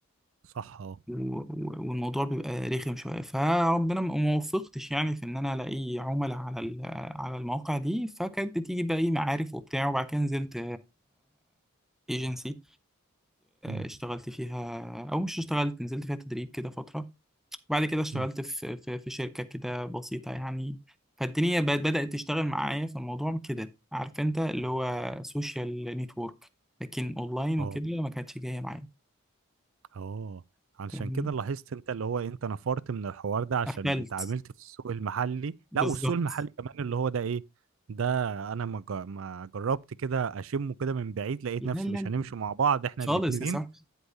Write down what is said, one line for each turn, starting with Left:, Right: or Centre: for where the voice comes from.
Right: صح اه
Centre: و- و- والموضوع بيبقى رخم شوية فربنا ما ما وفقتش يعني في إن أنا ألاقي عملاء على ال- على المواقع دي فكانت بتيجي بقى إيه معارف وبتاع وبعد كده نزلت ايجنسي
Right: امم
Centre: اشتغلت فيها أو مش اشتغلت نزلت فيها تدريب كده فترة بعد كده اشتغلت
Right: امم
Centre: في في في شركة كده بسيطة يعني فالدنيا بقت بدأت تشتغل معايا في الموضوع كده عارف انت اللي هو سوشيال نتورك لكن اونلاين
Right: اه
Centre: وكده ما كانتش جاية معايا
Right: اه علشان
Centre: فاهمني
Right: كده لاحظت انت اللي هو انت نفرت من الحوار ده عشان
Centre: قفلت
Right: اتعاملت في السوق المحلي
Centre: بالظبط
Right: لا والسوق المحلي كمان اللي هو ده ايه ده انا ما جا- ما جربت كده اشمه كده من بعيد لقيت
Centre: لا
Right: نفسي
Centre: لا لا.
Right: مش هنمشي مع بعض احنا
Centre: خالص
Right: الاتنين
Centre: يا صاحبي